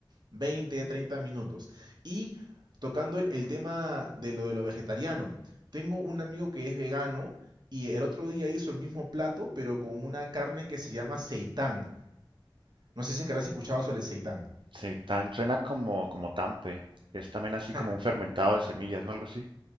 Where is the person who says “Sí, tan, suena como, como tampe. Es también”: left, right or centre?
Right